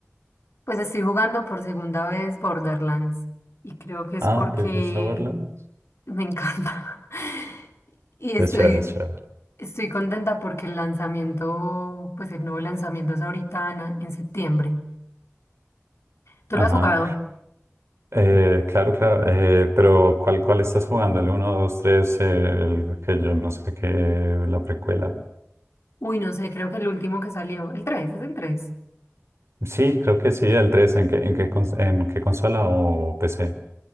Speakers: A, on the left (about 65°); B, on the right (about 65°).
A: pues estoy jugando por segunda vez Borderlands y creo que es
B: Ah,
A: porque
B: ¿te gusta verlo?
A: me encanta. <laughs> Y estoy,
B: Es chévere, es chévere.
A: estoy contenta porque el lanzamiento, pues el nuevo lanzamiento es ahorita en, en septiembre. ¿Tú
B: Ajá.
A: lo has jugado?
B: Eh, claro, claro, eh, pero ¿cuál, cuál estás jugando? ¿El uno, 2, 3, El que yo no sé qué, la precuela.
A: Uy, no sé, creo que el último que salió, el 3. es el 3?
B: Sí, creo que sí, el 3. ¿En qué, en qué, cons- en qué consola o PC?